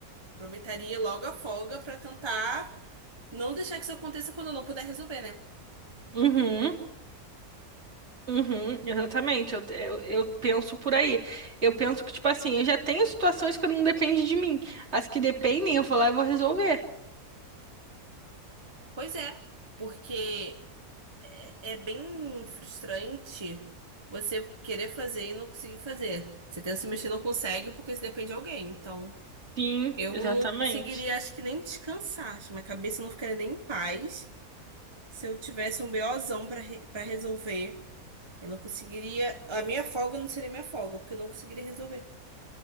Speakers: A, on the right (about 20°); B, on the right (about 45°).
A: aproveitaria logo a folga pra tentar não deixar que isso aconteça quando eu não puder resolver, né?
B: Uhum. Uhum, exatamente, eu, eu, eu penso por aí. Eu penso que, tipo assim, eu já tenho situações que não dependem de mim. As que dependem, eu vou lá e vou resolver.
A: Pois é, porque é, é bem frustrante você querer fazer e não conseguir fazer. Você tenta se mexer e não consegue porque isso depende de alguém. Então,
B: Sim,
A: eu
B: exatamente.
A: não conseguiria, acho que nem descansar. Acho que minha cabeça não ficaria nem em paz se eu tivesse um BOzão pra re- para resolver. Eu não conseguiria. A minha folga não seria minha folga, porque eu não conseguiria resolver.